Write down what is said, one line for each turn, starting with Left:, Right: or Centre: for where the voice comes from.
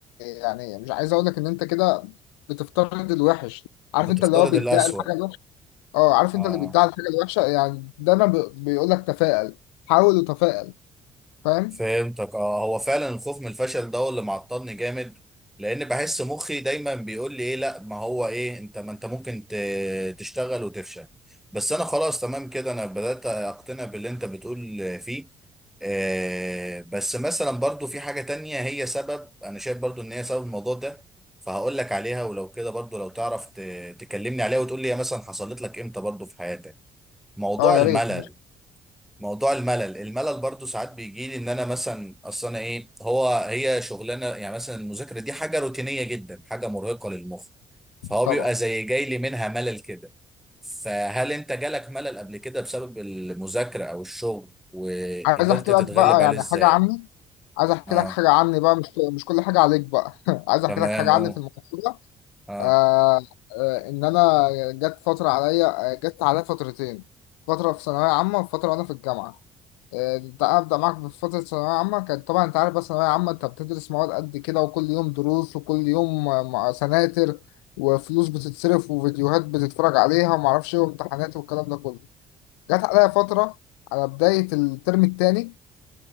Left: آه، يعني مش عايز اقول لك ان انت كده بتفترض الوحش عارف
Centre: بتفترض
Left: انت اللي هو بيدعي
Centre: الأسوأ
Left: الحاجه الوحشه اه عارف
Centre: اه
Left: انت اللي بيدعي الحاجه الوحشه يعني دايما بي- بيقول لك تفائل حاول وتفائل فاهم
Centre: فهمتك اه هو فعلا الخوف من الفشل ده هو اللي معطلني جامد لان بحس مخي دايما بيقول لي ايه لا ما هو ايه انت ما انت ممكن ت- تشتغل وتفشل بس انا خلاص تمام كده انا بدأت اقتنع باللي انت بتقول فيه آه بس مثلا برضو في حاجة تانية هي سبب انا شايف برضو ان هي سبب الموضوع ده فهقول لك عليها ولو كده برضو لو تعرف ت- تكلمني عليها وتقول لي هي مثلا حصلت لك امتى برضو في حياتك موضوع
Left: اه يا
Centre: الملل
Left: ريت ماشي
Centre: موضوع الملل الملل برضو ساعات بيجي لي ان انا مثلا اصلا ايه هو هي شغلانه يعني مثلا المذاكره دي حاجه روتينيه جدا حاجه مرهقه للمخ فهو
Left: طبعا
Centre: بيبقى زي جاي لي منها ملل كده فهل انت جالك ملل قبل كده بسبب المذاكره او الشغل وقدرت
Left: عايز احكي
Centre: تتغلب
Left: لك بقى
Centre: عليه
Left: يعني
Centre: ازاي
Left: حاجه عني عايز احكي
Centre: اه
Left: لك حاجه عني بقى مش مش كل حاجه عليك بقى <laughs> عايز احكي
Centre: تمام
Left: لك حاجه عني
Centre: اه
Left: في الموضوع
Centre: اه
Left: آه آه ان انا جت فتره عليا آه، جت عليا فترتين فتره في ثانويه عامه وفتره وانا في الجامعه آه انت ابدا معاك في فتره ثانويه عامه كانت طبعا انت عارف بقى ثانويه عامه انت بتدرس مواد قد كده وكل يوم دروس وكل يوم آه، مع- سناتر وفلوس بتتصرف وفيديوهات بتتفرج عليها وما اعرفش ايه وامتحانات والكلام ده كله جت عليا فتره على بدايه الترم الثاني